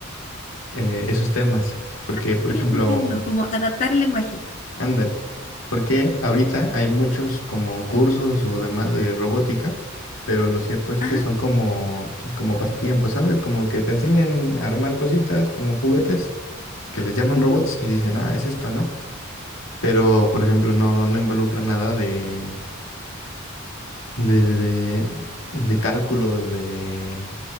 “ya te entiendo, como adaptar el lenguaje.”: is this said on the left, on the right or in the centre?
Left